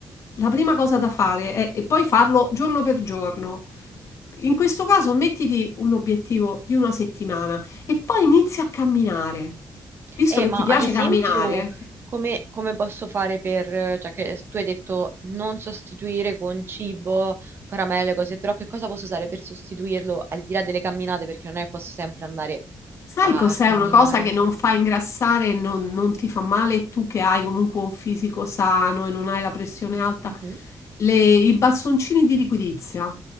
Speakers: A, on the left; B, on the right.
A: la prima cosa da fare è, e poi farlo giorno per giorno. In questo caso mettiti un obiettivo di una settimana e poi inizi a camminare. Visto
B: Eh,
A: che
B: ma
A: ti piace
B: ad esempio,
A: Esatto. camminare,
B: come, come posso fare per, cioè che tu hai detto non sostituire con cibo, caramelle, cose, però che cosa posso usare per sostituirlo al di là delle camminate, perché non è che posso sempre andare
A: Sai
B: a
A: cos'è
B: camminare.
A: una cosa che non fa ingrassare e non, non ti fa male e tu che hai comunque un fisico sano e non hai la pressione alta?
B: Mhm.
A: Le- i bastoncini di liquidizia.